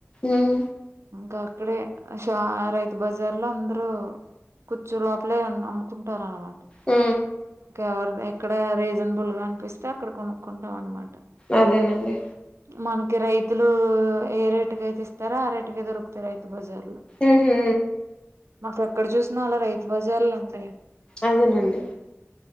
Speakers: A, on the left; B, on the right.
A: ఉమ్
B: గా రే ష రైతు బజార్ లో అందరు కూర్చు లోపలే అమ్ముకుంటారు అనమాట
A: ఉ
B: ఎవరు ఎక్కడ రీజనబుల్ గా అనిపిస్తే అక్కడ కొనుక్కుంటాం అనమాట
A: అదేనండి
B: మనకి రైతులు ఏ రేటుక అయితే ఇస్తారో ఆ రేటుక దొరుకుతాయి రైతు బజార్లు
A: ఉహు
B: మాకు ఎక్కడ చూసిన ఆలా రైతు బజార్ అండి
A: అదేనండి